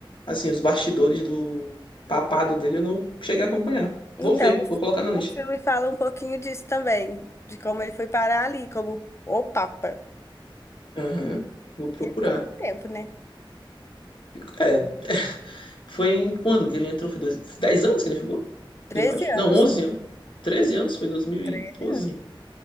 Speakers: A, on the left; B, on the left.
A: assim, os bastidores do papado dele eu não cheguei a acompanhar.
B: Então,
A: Vou ver, vou colocar na
B: o
A: lista.
B: filme fala um pouquinho disso também, de como ele foi parar ali, como o Papa.
A: Aham, vou procurar.
B: E ele ficou muito tempo, né?
A: Fico- É, Foi em quando que ele entrou? Foi dois, 10 anos que ele ficou?
B: 13
A: Eu acho. Não,
B: anos.
A: 11 anos. treze anos, foi 2012.
B: treze anos.